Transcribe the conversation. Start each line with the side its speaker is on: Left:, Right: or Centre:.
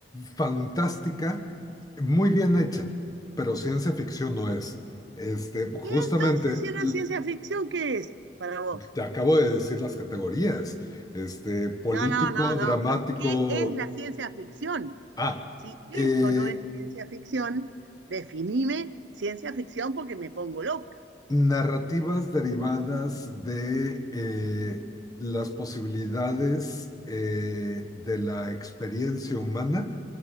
Left: fantástica, muy bien hecha, pero ciencia ficción no es. Este, justamente,
Right: ¿Y entonces si no
Left: l-
Right: es ciencia ficción, qué es para vos?
Left: te acabo de decir las categorías. Este, político,
Right: No, no, no, no,
Left: dramático.
Right: pero ¿qué es la ciencia ficción?
Left: Ah,
Right: Si eso
Left: eh,
Right: no es ciencia ficción, definime ciencia ficción porque me pongo loca.
Left: narrativas derivadas de eh, las posibilidades eh, de la experiencia humana